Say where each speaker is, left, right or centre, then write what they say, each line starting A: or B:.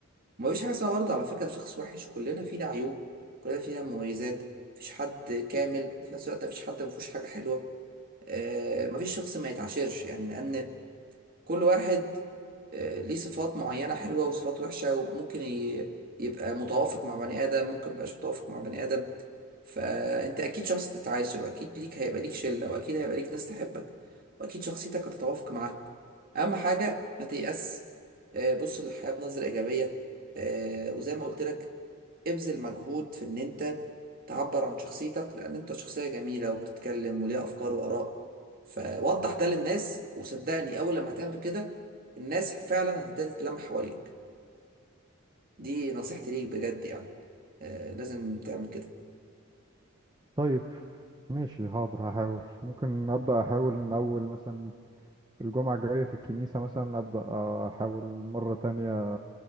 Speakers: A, on the right; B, on the right.
A: ومفيش حاجة اسمها برضه على فكرة شخص وحش كلنا فينا عيوب كلنا فينا مميزات مفيش حد كامل وفي نفس الوقت مفيش حد مفيهوش حاجة حلوة آه، مفيش شخص ما يتعاشرش يعني لأن كل واحد آه، ليه صفات معينة حلوة وصفات وحشة وممكن ي- يبقى متوافق مع بني آدم ممكن ميبقاش متوافق مع بني آدم فأنت أكيد شخص تتعاشر وأكيد ليك هيبقى ليك شلة وأكيد هيبقى ليك ناس تحبك وأكيد شخصيتك هتتوافق معاها أهم حاجة ما تيأس آه، بص للحياة بنظرة إيجابية آه، وزي ما قلت لك ابذل مجهود في ان انت تعبر عن شخصيتك لان انت شخصية جميلة وبتتكلم وليها افكار واراء فوضح ده للناس وصدقني اول لما هتعمل كده الناس فعلا هتبتدي تتلم حواليك دي نصيحتي ليك بجد يعني آه لازم تعمل كده
B: طيب ماشي حاضر هحاول ممكن ابدا احاول من اول مثلا الجمعة الجاية في الكنيسة مثلا أبدأ أحاول مرة تانية